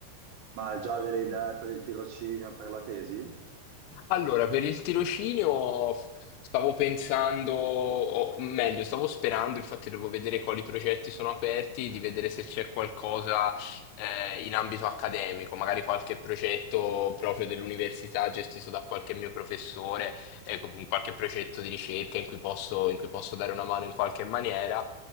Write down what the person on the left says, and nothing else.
Allora, per il tirocinio stavo pensando, o meglio, stavo sperando, infatti devo vedere quali progetti sono aperti, di vedere se c'è qualcosa eh, in ambito accademico, magari qualche progetto proprio dell'università gestito da qualche mio professore, eh, con qualche progetto di ricerca in cui posso, in cui posso dare una mano in qualche maniera.